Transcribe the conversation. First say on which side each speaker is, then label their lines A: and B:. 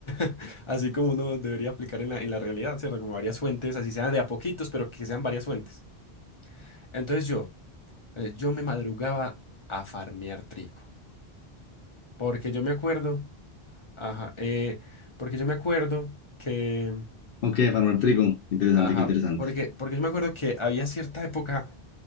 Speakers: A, on the left (about 35°); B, on the left (about 65°).
A: <laughs> Así como uno debería aplicar en la, en la realidad, ¿cierto? Como varias fuentes, así sean de a poquitos, pero que sean varias fuentes. Entonces yo, eh, yo me madrugaba a farmear trigo. Porque yo me acuerdo, ajá, eh, porque yo me acuerdo que,
B: Ok, farmar trigo. Interesante,
A: ajá,
B: qué interesante.
A: porque, porque yo me acuerdo que había cierta época